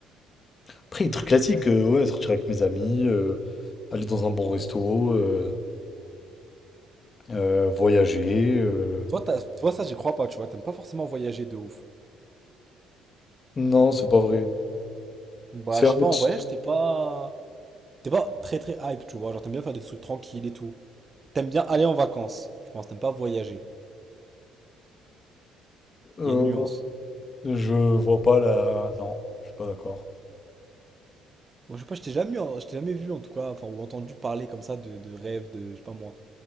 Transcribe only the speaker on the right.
Toi, t'as- toi, ça, j'y crois pas, tu vois. T'aimes pas forcément voyager de ouf.
Bah,
je sais pas,
en voyage, t'es pas... T'es pas très très hype, tu vois. Genre, t'aimes bien faire des trucs tranquilles et tout. T'aimes bien aller en vacances, je pense. T'aimes pas voyager.
Il y a une nuance.
Moi, je sais pas, je t'ai jamais, vu, je t'ai jamais vu, en tout cas, enfin, ou entendu parler comme ça de, de rêve, de, je sais pas moi,